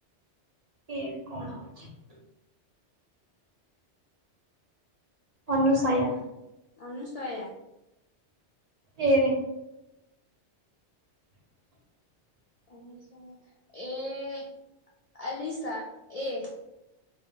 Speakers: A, on the right (about 50°); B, on the left (about 65°).
A: ଏ ରେ କଣ ଅଛି। ଅନୁସୟା
B: ଆଁ ଅନୁଶୟା।
A: ଏ ରେ। <inaudible>
B: ଅନୁଶୟା ଏ ଆଲିଶା ଏ।